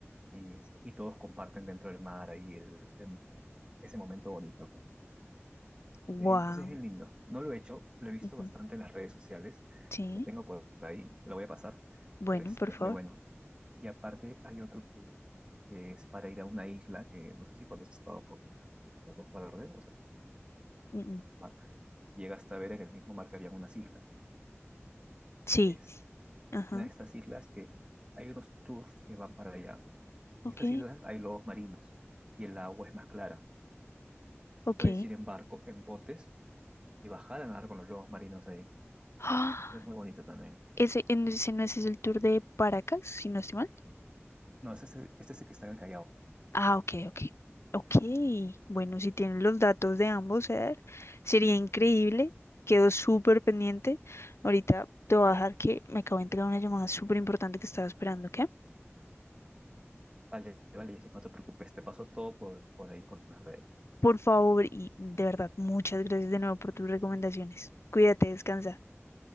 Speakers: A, on the right (about 20°); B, on the left (about 65°).
A: y, este, y todos comparten dentro del mar ahí el, el- ese momento bonito, pues, ¿no?
B: Wow.
A: Ese es ese es bien lindo. No lo he hecho, lo he visto
B: Ujú,
A: bastante en las redes sociales.
B: Sí,
A: Lo tengo por ahí, lo voy a pasar,
B: Bueno,
A: pero este
B: por favor.
A: es muy bueno. Y aparte hay otro tour que es para ir a una isla que no sé si cuando has estado por la Costa Verde, o sea,
B: mm, mm.
A: mar, llegas hasta ver en el mismo mar que había unas islas.
B: Sí.
A: Es
B: ajá,
A: una de estas islas que hay unos tours que van para allá. En
B: ok,
A: estas islas hay lobos marinos y el agua es más clara.
B: ok.
A: Puedes ir en barco, en botes y bajar a nadar con los lobos marinos ahí.
B: Ah,
A: Eso es muy bonito también.
B: Ese, en- ese no es el tour de Paracas, si no estoy mal.
A: No, este es el, este es el que está en el Callao.
B: Ah, ok, ok. Ok, bueno, si tienen los datos de ambos, Eder, sería increíble. Quedo súper pendiente. Ahorita te voy a dejar que me acabo de entregar una llamada súper importante que estaba esperando, ¿ok?
A: Vale, vale, dice, no te preocupes, te paso todo por, por ahí, por las redes.
B: Por favor, y de verdad, muchas gracias de nuevo por tus recomendaciones. Cuídate, descansa.